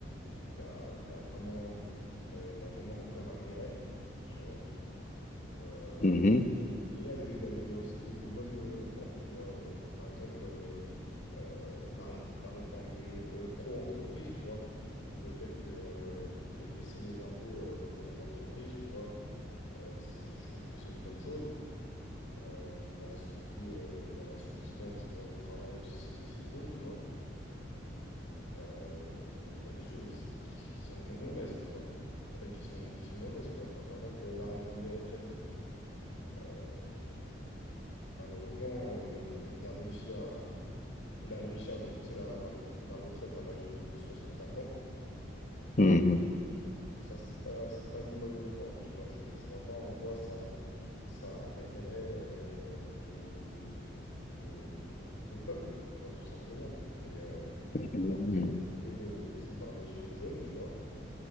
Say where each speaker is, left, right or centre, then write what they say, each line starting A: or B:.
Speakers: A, on the left; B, on the left.
A: il y a, il y a vraiment, euh, il y a vraiment aucun intérêt, tu vois. Euh,
B: Mhm,
A: mais il y a des- il y a des- il y a aussi des, des bonnes euh, réformes, tu vois. Euh, par exemple, euh, euh, la, réf- la réforme des euh, pro-entreprises, tu vois. Donc le fait que, euh, il ait baissé les impôts euh, pour les entreprises, tu vois, euh, c- je trouve que c'est une bonne chose. Euh, il a assoupli, euh, il y a l'assouplissement du droit du travail aussi, c'est c'est cool, tu vois. Euh, il y a des choses aussi qui, qui sont mauvaises, tu vois. Euh, qui sont, qui sont mauvaises, tu vois. Par, par exemple, euh, la réforme des retraites. Euh, malheureusement, euh, il a réussi à, il a réussi à repousser la, la re- la retraite à l'âge de, de 64 ans.
B: mhm,
A: Euh, Ça, c'est pas, c'est pas une bonne réforme, tu vois. Je, je vois pas en quoi ça, ça aiderait euh, le, le, le, le peuple, tu vois, tout simplement. Et euh,
B: mhm,
A: ça a été repoussé, repoussé par les Gilets jaunes, tu vois.